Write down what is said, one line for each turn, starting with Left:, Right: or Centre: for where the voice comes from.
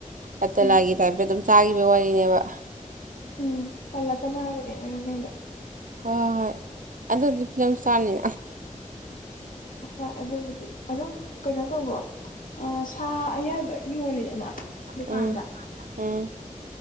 Right: ꯑꯇꯂꯥꯒꯤ
Left: ꯎꯝ
Right: ꯇꯥꯏꯞꯇ ꯑꯗꯨꯝ ꯆꯥꯈꯤꯕꯒꯤ ꯋꯥꯔꯤꯅꯦꯕ
Left: ꯎꯝ ꯄꯜꯂꯛꯀꯅꯨ ꯍꯥꯏꯕꯗꯤ ꯃꯣꯏ ꯃꯃꯤꯡꯗꯣ
Right: ꯍꯣꯏ ꯍꯣꯏ ꯑꯗꯨꯗꯤ ꯐꯤꯂꯝ ꯏꯁꯇꯥꯔꯅꯤ
Left: ꯍꯣꯏ ꯑꯗꯨꯕꯨꯗꯤ ꯑꯗꯨꯝ ꯀꯩꯅꯣ ꯇꯧꯕ꯭ꯔꯣ ꯁꯥ ꯑꯌꯥꯏꯕ ꯌꯣꯜꯂꯤꯗꯅ ꯗꯨꯀꯥꯟꯗ
Right: ꯎꯝ ꯎꯝ